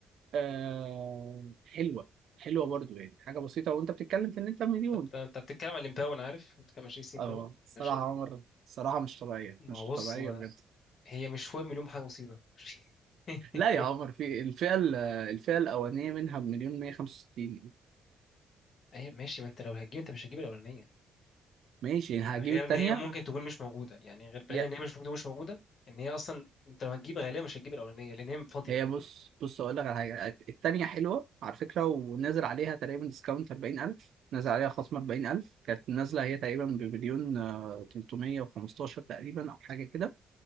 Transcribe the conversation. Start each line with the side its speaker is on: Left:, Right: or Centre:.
Right: آه حلوة حلوة برضو يعني حاجة بسيطة وانت بتتكلم في ان انت مليون
Left: طب طب- انت بتتكلم عن الامباو انا عارف انت بتتكلم عن شيسي امباو
Right: اه الصراحة
Left: ماشي
Right: يا عمر الصراحة مش طبيعية
Left: ما
Right: مش
Left: هو بص
Right: طبيعية
Left: ما
Right: بجد
Left: هي مش فوق مليون حاجه مصيبه ماشي. <laughs>
Right: لا يا عمر في الفئة ال- الفئة الأولانية منها بمليون مية خمسة وستين
Left: اي ماشي ما انت لو هتجيب انت مش هتجيب الاولانيه
Right: ماشي يعني هجيب
Left: غير
Right: التانية
Left: ان هي ممكن تكون مش موجوده يعني غير بعيد
Right: يا-
Left: ان هي مش موجوده مش موجوده ان هي اصلا انت لو هتجيب غالبا مش هتجيب الاولانيه لان هي فاضيه
Right: هي بص بص أقول لك على حاجة التانية حلوة على فكرة ونازل عليها تقريبا ديسكاونت أربعين ألف نازل عليها خصم أربعين ألف كانت نازلة هي تقريبا بمليون آه، تلتمية وخمستاشر تقريبا أو حاجة كده